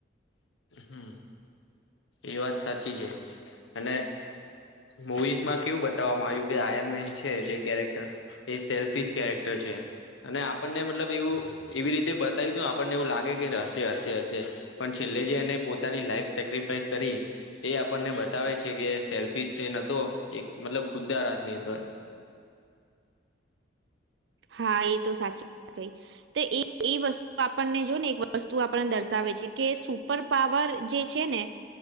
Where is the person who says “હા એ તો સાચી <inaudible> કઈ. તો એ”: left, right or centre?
Right